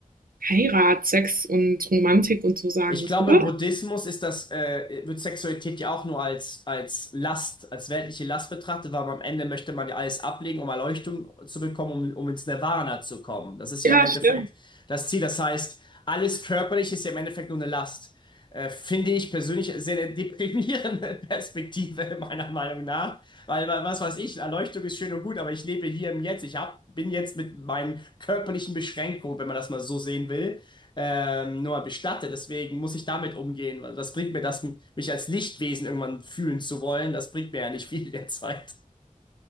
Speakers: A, on the right; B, on the left.
A: Heirat, Sex und Romantik und so sagen.
B: Ich
A: Weißt
B: glaube,
A: du das?
B: im Buddhismus ist das, äh, wird Sexualität ja auch nur als, als Last, als weltliche Last betrachtet, weil am Ende möchte man ja alles ablegen, um Erleuchtung zu bekommen, um, um ins Nirvana zu kommen. Das ist ja
A: Ja,
B: im Endeffekt
A: stimmt.
B: das Ziel. Das heißt, alles Körperliche ist ja im Endeffekt nur eine Last. Äh, finde ich persönlich sehr eine deprimierende <laughs> Perspektive, meiner Meinung nach. Weil, weil, was weiß ich, Erleuchtung ist schön und gut, aber ich lebe hier im Jetzt. Ich hab, bin jetzt mit meinen körperlichen Beschränkungen, wenn man das mal so sehen will ähm, nur mal bestatte. Deswegen muss ich damit umgehen. Was was bringt mir das, m- mich als Lichtwesen irgendwann fühlen zu wollen? Das bringt mir ja nicht viel derzeit.